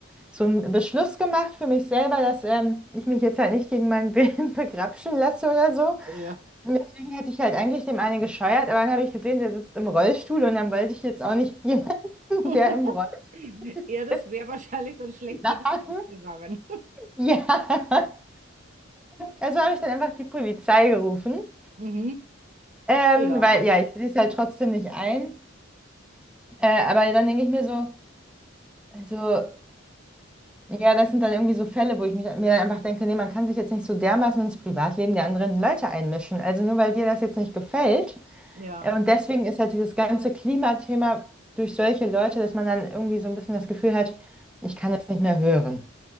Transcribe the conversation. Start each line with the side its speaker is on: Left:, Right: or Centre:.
Centre: so einen Beschluss gemacht für mich selber, dass ähm, ich mich jetzt halt nicht gegen meinen Willen <laughs> begrapschen lasse oder so.
Right: Ja.
Centre: Und deswegen hätte ich halt eigentlich dem einen gescheuert, aber dann habe ich gesehen, der sitzt im Rollstuhl und dann wollte ich jetzt auch nicht <laughs> jemanden,
Right: <laughs>
Centre: der im Rollstuhl
Right: Ja, das
Centre: sitzt,
Right: wäre wahrscheinlich dann schlecht
Centre: schlagen.
Right: für dich ausgegangen.
Centre: Ja, <laughs> also habe ich dann einfach die Polizei gerufen,
Right: <laughs> Mhm.
Centre: ähm,
Right: Ja,
Centre: weil ja, ich sehe es halt trotzdem nicht ein. Äh, aber dann denke ich mir so, also, ja, das sind dann irgendwie so Fälle, wo ich mich, mir dann einfach denke, nee, man kann sich jetzt nicht so dermaßen ins Privatleben der anderen Leute einmischen. Also nur weil dir das jetzt nicht gefällt.
Right: ja.
Centre: Äh, und deswegen ist halt dieses ganze Klimathema durch solche Leute, dass man dann irgendwie so ein bisschen das Gefühl hat, ich kann es nicht mehr hören.